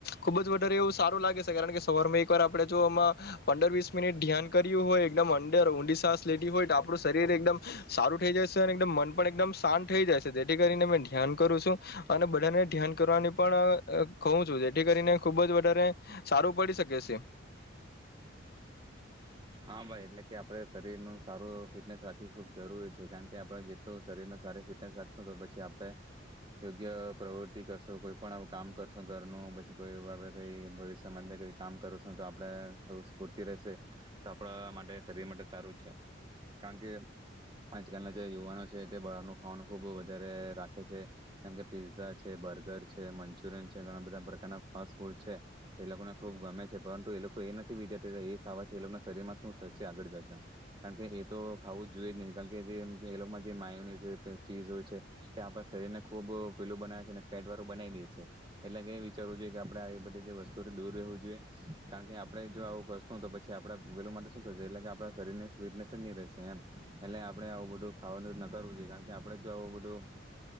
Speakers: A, on the left (about 55°); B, on the right (about 25°).
A: ખુબ જ વધારે એવું સારું લાગે છે કારણ કે સવારમાં એકવાર આપેડે જો આમાં પંદર વીસ મિનિટ ધ્યાન કર્યું હોય એકદમ અંદર ઊંડી સાસ લેતી હોય તો આપણું શરીર એકદમ સારું થઈ જ છે મન પણ એકદમ શાંત થઈ જાય છે જેથી કરીને ધ્યાન કરું છું. અને બધાને ધ્યાન કરવાની પણ કઉ છું, જેથી કરીને ખુબ જ વધારે સારું પડી સકે છે.
B: હા ભાઈ એટલે કે આપડે શરીર ન સારું ફિટનેસ રાખવી ખુબ જરૂરી છે કારણ કે આપડે જેટલું શરીર ન સારી ફિટનેસ રાખશું તો પછી આપ ડે યો ગ્ય પ્રવૃતિ કરશો, કોઈ પણ કામ કરશો ઘરનું પછી કોઈ એવું આપડે કઈ ભવિષ્યમાં કઈ કામ કર છું તો આપણેે સ્ફૂર્તિ રે તો આપડા માટે શરીર માટે સારું છે, કારણ કે આજકાલના જે યુવાનો છે તે બહારનું ખાવાનું ખુબ વધારે રાખે છે જેમ કે પીઝઝા છે, બર્ગર છે, મંચુરિયન છે ઘણા બધા પ્રકારના ફાસ્ટ ફૂડ છે. તે લોકો ને ખુબ ગમે છે પરંતુ એ લો કો એ નથી વિચારતા તા એ ખાવાથી એ લોકના શરીરમાં શું થશે આગળ જતા? કારણ કે એ તો ખાવું જ જોઈએ જ નહી, કારણ કે જે એ લોકોમાં જે માયોની છે ચીઝ હોય છે તે આપણા શરીર ને ખુબ પેલું બનાવે છે ફેટ વાળું બનાઈ દે છે, એટલે કે વિચારવું જોઈએ કે આપડે આ બધી જે વસ્તુઓથી દૂર રહેવું જોઈએ, કારણ કે આપડે જો આવું વસ્ સુ તો પછી આપણા વેલું માટે શું થશે એટલે કે આપણા શરીર ને સ્વીટનેસ જ ની રેશે એમ એટલે આપડે આવું બધું ખાવાનું નકારવું જોઈએ, કારણ કે આપણેે જો આવું બધું